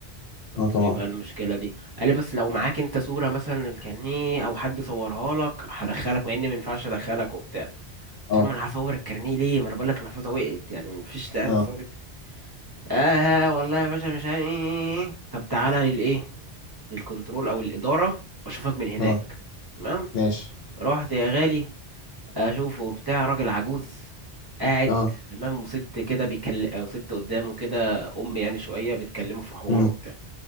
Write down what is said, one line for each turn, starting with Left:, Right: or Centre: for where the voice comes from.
Right: قلت
Left: اه طبعا
Right: له ايه بقى المشكله دي قال لي بس لو معاك انت صوره مثلا الكارنيه او حد صورها لك هدخلك مع اني ما ينفعش ادخلك وبتاع قلت
Left: اه
Right: له ما انا هصور الكارنيه ليه ما انا بقول لك المحفظه وقعت يعني مفيش داعي
Left: اه
Right: اصور الكارنيه اه والله يا باشا مش عارف ايه ايه ايه. إيه. طب تعالى للايه للكنترول او الاداره واشوفك من هناك
Left: اه
Right: تمام
Left: ماشي
Right: رحت يا غالي اشوفه بتاع راجل عجوز قاعد
Left: اه
Right: تمام وست كده بيكلم او ست قدامه كده ام يعني شويه بتكلمه في حواره
Left: مم.
Right: وبتاع